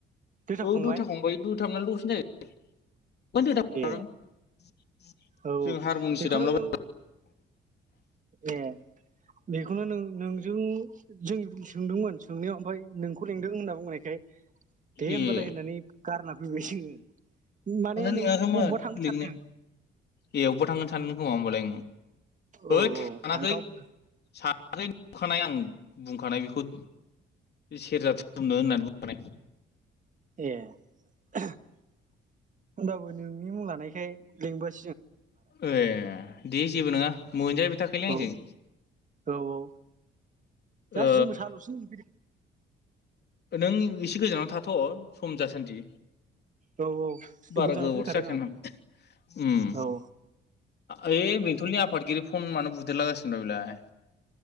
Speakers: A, on the right; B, on the left.
A: दोथाबखांबाय
B: औ दुथा फंबाय दुथा मोन दसेनो जायो <unintelligible>
A: ए औ
B: जों हारमुनिसो
A: बेखौनो
B: दामलाबाय
A: नों ए बेखौनो नों नोंजों जों सोंदोंमोन सोंनायाव ओमफ्राय नोंखौ लिंदों होनना बुंनायखाय दे होमबालाय
B: ए
A: होननानै गारना फैबाय जोङो माने
B: लिङाखैमोन
A: नों अबबा थांनो
B: लिंनो
A: सानदों
B: एयावबो थांनो सानदों खोमा होमबालाय होद
A: ओ औ औ
B: सानाखै
A: थां गावबो
B: साखै नुखानाय आं बुंखानाय बेखौ सेरजा थुमनो होननानै बुं खानाय
A: ए होमबाबो नोंनि मुं लानायखाय लिंबोआसै
B: ए दे जेबो नङा मोनजाहैबाय थाखायलै
A: औ
B: आंजों
A: औ औ दा
B: ओ
A: जोंबो साहाल'सो लोंनो फैदों
B: नों एसे गोजानाव थाथ' सम जासान्दि
A: औ
B: बारा
A: गोजानावसो
B: गोबावथ'
A: फैखादों
B: जाखाया
A: आं
B: उम
A: औ
B: ओइ बेंथलनि आफादगिरि फन मानो बुदेरलागासिनो द बेलाय